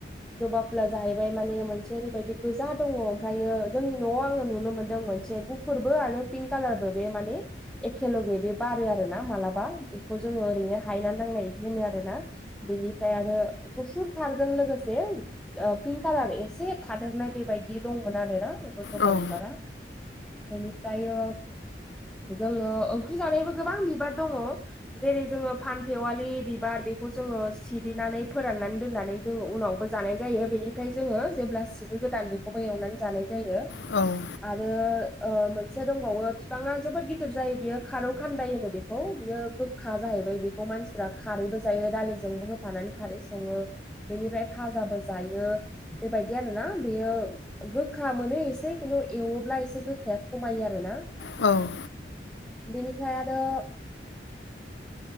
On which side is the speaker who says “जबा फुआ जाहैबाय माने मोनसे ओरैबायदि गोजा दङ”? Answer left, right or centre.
Centre